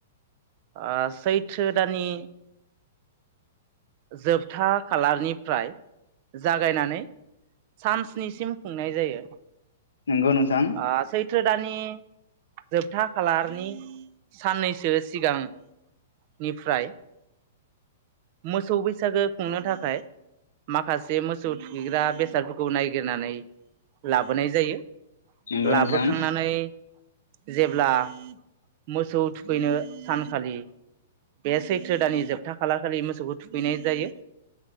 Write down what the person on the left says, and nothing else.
नंगौ नोंथां
नंगौ
नोंथां